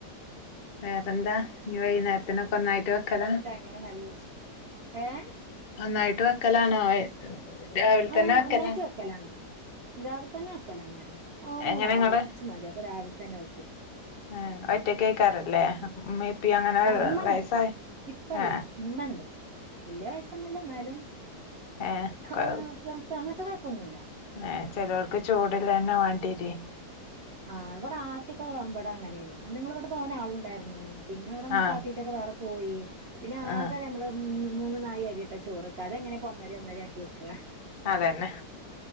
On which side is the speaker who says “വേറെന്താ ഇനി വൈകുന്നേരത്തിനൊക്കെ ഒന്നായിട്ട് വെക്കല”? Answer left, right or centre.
Left